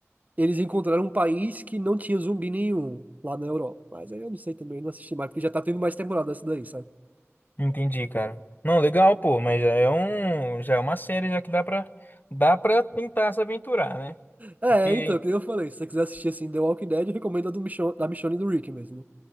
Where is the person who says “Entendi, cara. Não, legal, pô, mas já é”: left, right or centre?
Left